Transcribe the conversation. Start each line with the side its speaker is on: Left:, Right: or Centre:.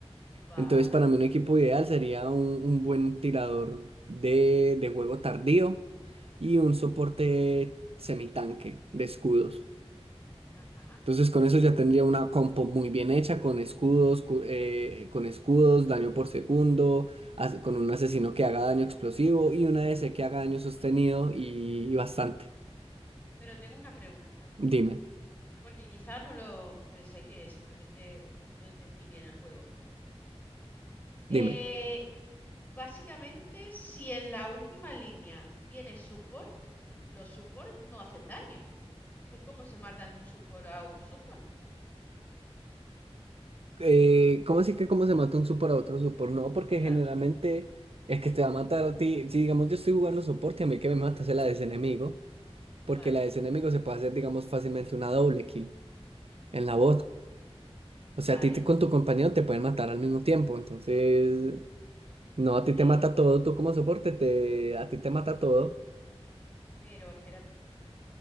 Left: vale.
Right: Entonces, para mí un equipo ideal sería un, un buen tirador de, de juego tardío y un soporte semitanque de escudos.
Left: Ajá.
Right: Entonces, con eso ya tendría una compo muy bien hecha, con escudos, cu- eh, con escudos, daño por segundo, as- con un asesino que haga daño explosivo y una DC que haga daño sostenido y, y bastante.
Left: Pero tengo una pregunta,
Right: Dime,
Left: porque quizá no lo... Puede ser que simplemente no entendí bien el juego.
Right: dime.
Left: Eh, básicamente, si en la última línea tienes support, los support no hacen daño. Entonces, ¿cómo se matan un support a otro support?
Right: Eh, ¿cómo así que cómo se mata un support a otro support? No, porque
Left: Claro,
Right: generalmente el que te va a matar a ti, si digamos yo estoy jugando soporte, a mí el que me mata es el ADC enemigo, porque
Left: vale,
Right: el ADC enemigo se puede hacer, digamos, fácilmente una doble kill en la bot. O sea,
Left: vale.
Right: a ti te- con tu compañero te pueden matar al mismo tiempo, entonces, no, a ti
Left: pe-
Right: te mata todo, tú como soporte, te, a ti te mata todo
Left: pero espérate.